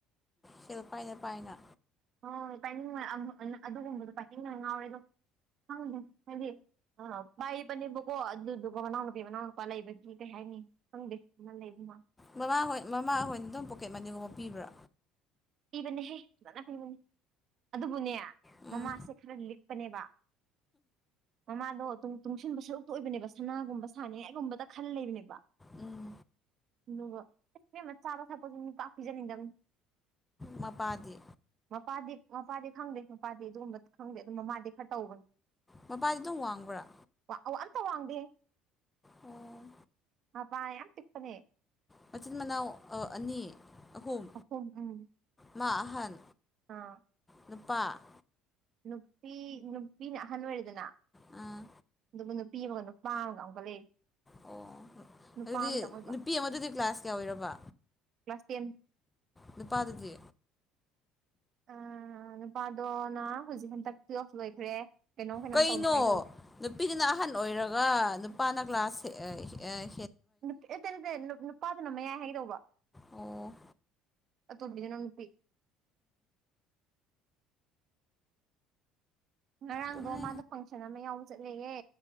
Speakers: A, on the left; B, on the right.
A: ꯁꯦꯜ ꯄꯥꯏꯅ ꯄꯥꯏꯅ꯫
B: ꯍꯣꯏ ꯄꯥꯏꯅꯤꯡꯕ <unintelligible> ꯑꯗꯨꯒꯨꯝꯕꯗꯣ ꯄꯥꯏꯅꯤꯡꯕꯅꯦ ꯉꯥꯎꯔꯦ ꯑꯗꯣ ꯈꯪꯗꯦ ꯍꯥꯏꯗꯤ ꯑ ꯄꯥꯏꯕꯅꯦꯕꯀꯣ ꯑꯗꯨꯗꯨꯒ ꯃꯅꯥꯎꯅꯨꯄꯤ ꯃꯅꯥꯎꯅꯨꯄꯥ ꯂꯩꯕꯒꯤ ꯀꯩ ꯍꯥꯏꯅꯤ ꯈꯪꯗꯦ ꯑꯃ ꯂꯩꯕ <unintelligible>
A: ꯃꯃꯥꯍꯣꯏ ꯃꯃꯥꯍꯣꯏꯅ ꯑꯗꯨꯝ ꯄꯣꯀꯦꯠ ꯃꯅꯤꯒꯨꯝꯕ ꯄꯤꯕ꯭ꯔꯥ꯫
B: ꯄꯤꯕꯅꯦꯍꯦ ꯐꯖꯅ ꯄꯤꯕꯅꯤ꯫ ꯑꯗꯨꯕꯨꯅꯦ
A: ꯎꯝ
B: ꯃꯃꯥꯁꯦ ꯈꯔ ꯂꯤꯛꯄꯅꯦꯕ꯫ ꯃꯃꯥꯗꯣ ꯇꯨꯡ ꯇꯨꯡꯁꯤꯟꯕ ꯁꯔꯨꯛꯇ ꯑꯣꯏꯕꯅꯦꯕ ꯁꯅꯥꯒꯨꯝꯕ ꯁꯥꯅꯤꯡꯉꯥꯏꯒꯨꯝꯕꯗ ꯈꯜ ꯂꯩꯕꯅꯦꯕ꯫
A: ꯎꯝ꯫
B: ꯑꯗꯨꯒ ꯏꯁ ꯏꯕꯦꯝꯃ ꯆꯥꯕ ꯊꯛꯄꯁꯨ ꯃꯤ ꯄꯥꯛ ꯄꯤꯖꯅꯤꯡꯗꯕꯅꯤ꯫
A: ꯃꯄꯥꯗꯤ꯫
B: ꯃꯄꯥꯗꯤ ꯃꯄꯥꯗꯤ ꯈꯪꯗꯦ ꯃꯄꯥꯗꯤ ꯑꯗꯨꯒꯨꯝꯕ ꯈꯪꯗꯦ ꯑꯗꯨ ꯃꯃꯥꯗꯤ ꯈꯔ ꯇꯧꯕꯅꯤ꯫
A: ꯃꯄꯥꯗꯤ ꯑꯗꯨꯝ ꯋꯥꯡꯕ꯭ꯔꯥ꯫
B: ꯋꯥ-ꯑ-ꯋꯥ ꯑꯝꯇ ꯋꯥꯡꯗꯦ
A: ꯑꯣ
B: ꯃꯄꯥ ꯌꯥꯝ ꯄꯤꯛꯄꯅꯦ꯫
A: ꯃꯆꯤꯟ ꯃꯅꯥꯎ ꯑ ꯑꯅꯤ ꯑꯍꯨꯝ꯫
B: ꯑꯍꯨꯝ ꯎꯝ꯫
A: ꯃꯥ ꯑꯍꯟ꯫
B: ꯑꯥ꯫
A: ꯅꯨꯄꯥ‌꯫
B: ꯅꯨꯄꯤ ꯅꯨꯄꯤꯅ ꯑꯍꯟ ꯑꯣꯏꯔꯦꯗꯅ
A: ꯑꯥ
B: ꯑꯗꯨꯒ ꯅꯨꯄꯤ ꯑꯃꯒ ꯅꯨ ꯄꯥ ꯑꯝꯒ ꯑꯃꯨꯛꯀ ꯂꯩꯔꯤ꯫
A: ꯑꯣ
B: ꯅꯨꯄꯥ
A: ꯑꯗꯨꯗꯤ
B: ꯑꯃꯇꯪ ꯑꯣꯏꯕ
A: ꯅꯨꯄꯤ ꯑꯃꯗꯨꯗꯤ ꯀ꯭ꯂꯥꯁ ꯀ꯭ꯌꯥ ꯑꯣꯏꯔꯕ꯫
B: Class ten.
A: ꯅꯨꯄꯥꯗꯨꯗꯤ
B: ꯑꯥ ꯅꯨꯄꯥꯗꯣꯅ ꯍꯧꯖꯤꯛ ꯍꯟꯗꯛ ꯇꯨꯋꯦꯜꯐ ꯂꯣꯏꯈ꯭ꯔꯦ ꯀꯩꯅꯣꯝ ꯀꯩꯅꯣꯝ
A: ꯀꯩꯅꯣ
B: ꯇꯧꯅꯤꯡꯉꯥꯏ ꯇꯧꯔꯤ
A: ꯅꯨꯄꯤꯗꯨꯅ ꯑꯍꯟ ꯑꯣꯏꯔꯒ ꯅꯨꯄꯥꯅ ꯀ꯭ꯂꯥꯁ ꯑꯥ ꯑꯥ
B: ꯅꯨ ꯑꯦꯇꯦ ꯅꯠꯇꯦ ꯅꯨꯄꯥꯗꯨꯅ ꯃꯌꯥꯏ ꯍꯥꯏꯒꯦ ꯇꯧꯕ
A: ꯑꯣ
B: ꯑꯇꯣꯝꯕꯤꯗꯨꯅ ꯅꯨꯄꯤ ꯉꯔꯥꯡꯗꯣ
A: ꯇꯨꯝꯃꯦ
B: ꯃꯥꯗꯣ ꯐꯪꯁꯟ ꯑꯃ ꯌꯥꯎꯕ ꯆꯠꯂꯦꯌꯦ